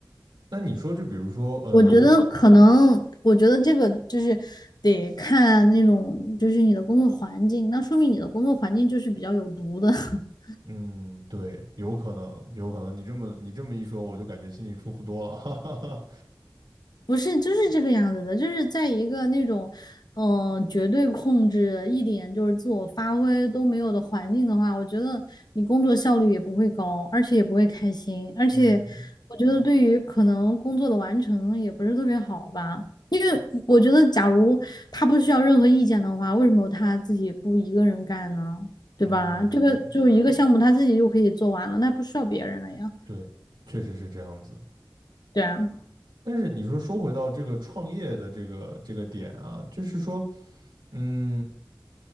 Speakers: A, on the right (about 85°); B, on the left (about 60°).
A: 那你说，就比如说，呃，
B: 我觉得可能，我觉得这个就是得看那种，就是你的工作环境。那说明你的工作环境就是比较有毒的。<laughs>
A: 嗯，对，有可能，有可能，你这么你这么一说，我就感觉心里舒服多了，<laughs> 哈哈哈。
B: 不是，就是这个样子的，就是在一个那种，嗯、绝对控制，一点就是自我发挥都没有的环境的话，我觉得你工作效率也不会高，而且也不会开心，而且我觉得对于可能工作的完成也不是特别好吧，
A: 嗯
B: 因为我觉得假如他不需要任何意见的话，为什么他自己不一个人干呢？对吧？
A: 嗯，
B: 这个就一个项目他自己就可以做完了，那不需要别人了呀。
A: 对，确实是这样子。
B: 对啊。
A: 但是你说说回到这个创业的这个这个点啊，就是说，嗯，